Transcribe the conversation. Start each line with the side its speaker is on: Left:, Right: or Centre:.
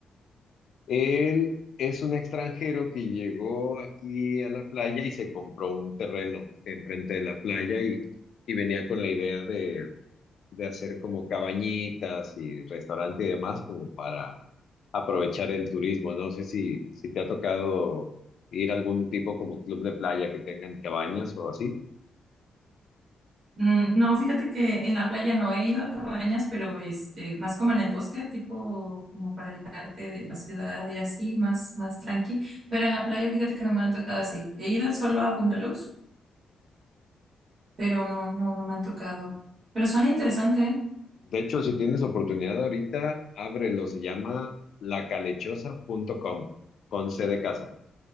Left: él es un extranjero que llegó aquí a la playa y se compró un terreno enfrente de la playa y, y venía con la idea de, de hacer como cabañitas y restaurante y demás como para aprovechar el turismo. No sé si, si te ha tocado ir a algún tipo como club de playa que tengan cabañas o así.
Right: Mm, No, fíjate que en la playa no he ido a cabañas, pero este, más como en el bosque, tipo como para alejarte de la ciudad y así, más, más tranqui. Pero en la playa, fíjate que no me han tocado así. He ido solo a bungalows, pero no, no, no me han tocado. Pero suena interesante, ¿eh?
Left: De hecho, si tienes oportunidad ahorita, ábrelo. Se llama lacalechosa.com con C de casa.